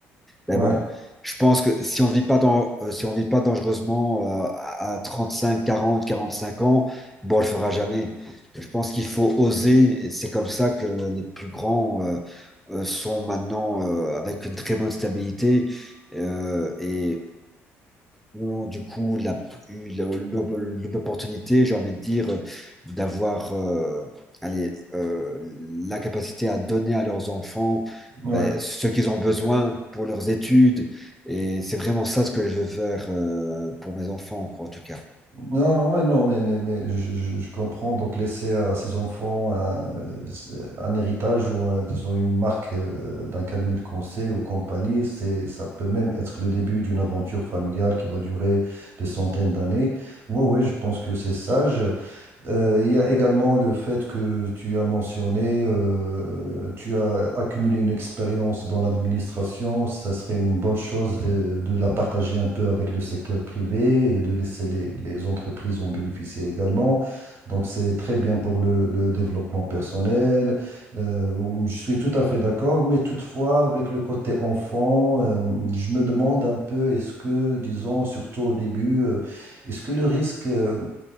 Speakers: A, in the centre; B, on the right.
A: Mais
B: Ouais,
A: bon, je pense que si on vit pas dans, euh, si on vit pas dangereusement euh, à 35, 40, 45 ans, bon, on le fera jamais. Je pense qu'il faut oser. et C'est comme ça que les plus grands euh, euh, sont maintenant euh, avec une très bonne stabilité euh, et ont du coup la- eu la- l'opportunité, j'ai envie de dire, euh, d'avoir euh, allez, euh, la capacité à donner à leurs enfants
B: ouais.
A: ben, ce qu'ils ont besoin pour leurs études. Et c'est vraiment ça ce que je veux faire euh, pour mes enfants, quoi, en tout cas.
B: Non, non, mais non, mais, mais, mais je, je- je comprends. Donc, laisser à ses enfants un, euh, un héritage ou, euh, disons, une marque euh, d'un cabinet de conseil ou compagnie, c'est, ça peut même être le début d'une aventure familiale qui va durer des centaines d'années. Oui, oui, je pense que c'est sage. Euh, il y a également le fait que tu as mentionné, euh, tu as accumulé une expérience dans l'administration. Ça serait une bonne chose de, de la partager un peu avec le secteur privé et de laisser les, les entreprises en bénéficier également. Donc, c'est très bien pour le, le développement personnel. Euh, je suis tout à fait d'accord, mais toutefois, avec le côté enfant, euh, je me demande un peu, est-ce que, disons, surtout au début, euh, est-ce que le risque... euh,